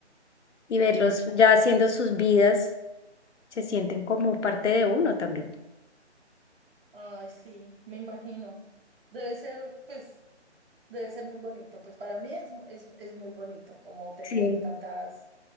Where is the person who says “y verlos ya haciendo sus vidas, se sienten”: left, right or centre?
Left